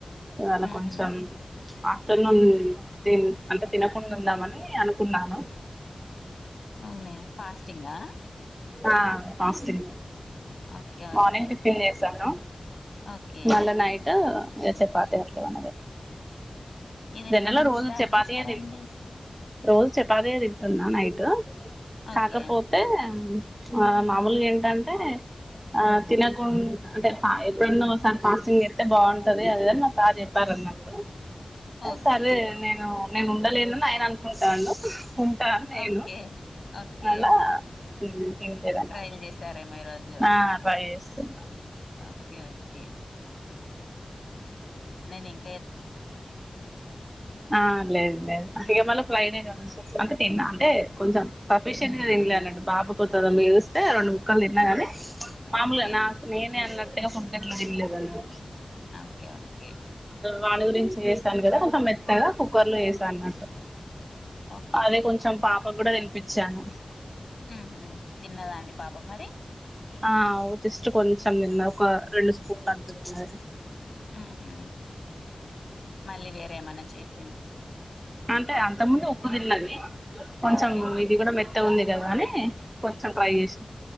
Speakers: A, on the right; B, on the left.
A: ఇవాళ
B: ఉహు
A: కొంచెం ఆఫ్టర్నూన్ తిన్ అంటే తినకుండా ఉందామని అనుకున్నాను
B: అవునే ఫాస్టింగా
A: ఆ fasting
B: okay okay
A: morning tiffin చేశాను
B: ఓకే
A: మళ్ళా నైట్ ఇగ చపాతి అట్ల ఉన్నది
B: ఇది ఎప్పటి
A: జనరల్గా
B: నుంచి
A: రోజు
B: స్టార్ట్
A: చపాతీయే
B: చేశారండి
A: తిన్ రోజు చపాతీయే తింటున్న నైట్
B: ఓకే
A: కాకపోతే ఆ మామూలుగా ఏంటంటే ఆ తినకుం అంటే ఎప్పుడన్నా ఒకసారి ఫాస్టింగ్ చెత్తే బాగుంటంది అది ఇదని మా సార్ చెప్పారు అన్నట్టు
B: ఓకే
A: సరే నేను నేను ఉండలేనని ఆయన అనుకుంటాండు ఉంటా అని
B: ఓకే
A: నేను
B: ఓకే
A: అలా తినలేదన్నమాట
B: ట్రైల్ చేశారేమో ఈ రోజు
A: ఆ ట్రై చేస్తున్న
B: ఓకే ఓకే నేనిం
A: ఆ లేదు లేదు ఇగ మల్ల ఫ్రైడే కలుస్ అంటె తిన్న కొంచం పబ్లిసిటి తింలే అన్నట్టు బాబు పోతడని ఎరుస్తే రెండు ముక్కలు తిన్నా కాని మామలుగా
B: ఓకే
A: నాకు నేనే అన్నట్ ఇగ ఫుడ్ ఏట్లో తిన్లేదు
B: ఓకే ఓకే
A: వాణి గురించి చేసాను కదా కొంచం మెత్తగా కుక్కర్ లో యేసా అన్నట్టు
B: ఓకే
A: అదే కొంచెం పాప కూడా తినిపిచ్చాను
B: ఉ హు తిన్నదా అండి పాప మరి
A: ఆ జస్ట్ కొంచెం తిన్న ఒక రెండు స్పూన్లు అంతా తిన్నది
B: ఉహు మళ్ళీ వేరేమన్నా చేసి తీన్
A: అంటే అంత ముందు ఉప్పు తిన్నది కొంచెం
B: ఓకే
A: ఇది కూడా మె త్తగుంది కదా అని కొంచెం ట్రై చేస్